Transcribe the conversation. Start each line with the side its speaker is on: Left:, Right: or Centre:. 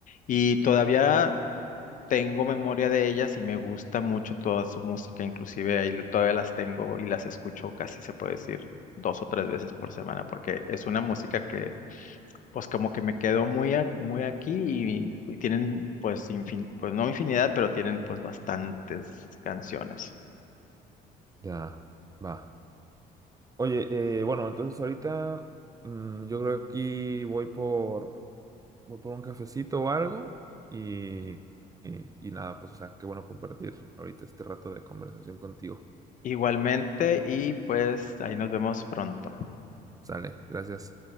Left: y todavía tengo memoria de ellas y me gusta mucho toda su música, inclusive ahí todavía las tengo y las escucho casi se puede decir dos o tres veces por semana porque es una música que pues como que me quedó muy, a- muy aquí y, y tienen pues infin- pues no infinidad, pero tienen pues bastantes canciones.
Right: Ya, va. Oye, eh, bueno, entonces ahorita mm, yo creo que aquí voy por, voy por un cafecito o algo y, y, y nada, pues o sea, qué bueno compartir ahorita este rato de conversación contigo.
Left: Igualmente y pues ahí nos vemos pronto.
Right: Sale, gracias.